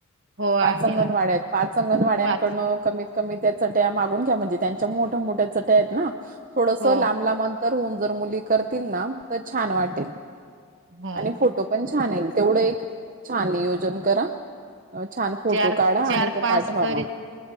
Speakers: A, on the right; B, on the right.
A: हो आहे
B: पाच अंगणवाड्या
A: ना
B: आहेत, पाच अंगणवाड्यांकडनं
A: पाच
B: कमी कमी त्या चट्या मागून घ्या. म्हणजे त्यांच्या मोठ्या मोठ्या चट्या आहेत ना. थोडस
A: हो
B: लांब लांब अंतर होऊन जर मुली करतील ना, तर छान वाटेल.
A: हो
B: आणि फोटोपण छान येईल, तेवढं एक छान नियोजन करा. छान फोटो
A: चार
B: काढा
A: चार
B: आणि ते
A: पाच
B: पाठवा
A: तरी
B: मग